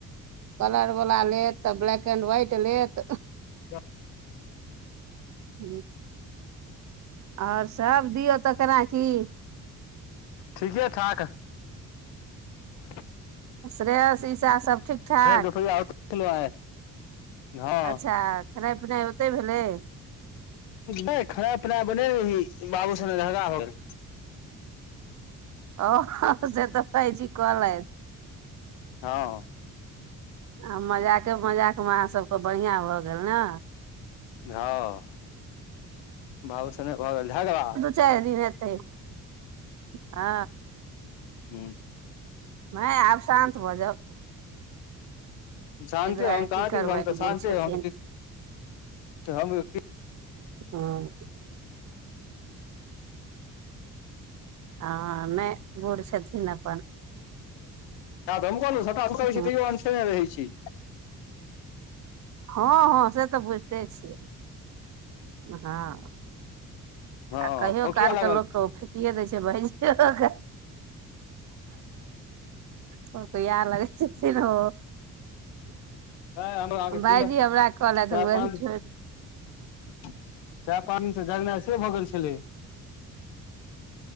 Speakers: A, on the right; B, on the left.
A: कलरवला लेत, तऽ ब्लैक एंड व्हाइट लेत।
B: जौं
A: <unintelligible> आओर सब दियौ तऽ ओकरा की
B: ठीके ठाक। <unintelligible>
A: श्रेयस ईसा सब ठीक। ठाक
B: भेट दुपैया ओतै आइ हँ
A: अच्छा खेनाइ-पिनाइ ओतै भेलै।
B: गै खाय पिनाय बनेने रहियै, की बाब सने झगड़ा भ गेलै। <unintelligible>
A: आ व हँ से तऽ भाई जी कहलैथ।
B: हँ -हँ
A: आ मजाके-मजाकमे अहाँसबके बढ़ियां भऽ गेल ने।
B: हँ बाबू सने भऽ गेल झगङा़।
A: चार दिन हेतै। हँ
B: हूँ
A: हय आब शान्त भऽ जाउ।
B: हम शान्ते,
A: एहि दुआरे
B: हम कहाँ
A: की
B: किछ,
A: करबनि
B: हम तऽ
A: बूढ़
B: शान्ते
A: छथिन
B: हम तऽ किछ हम त किछ
A: हँ हँ नहि बूढ़ छथिन अपन
B: से त हमहु कहलों, सबटा अथि करय
A: हँ
B: छी तयों अनठियेने रहै छी।
A: हँ -हँं से तऽ बुझिते छिय। हां
B: हँ
A: आ कहियो
B: खोखिया
A: कालके
B: लागल
A: लोकके
B: छी
A: ओ फूटिये दै छै भैजियओ के प प्यार लगै छथिन ओ
B: नहि हम अहाँके
A: भायजी
B: तीन
A: हमरा कहलेत
B: चारि
A: हम कहलियनि
B: पाँच
A: छो
B: चाय पानी स जगनाइ से भऽ गेल छलै।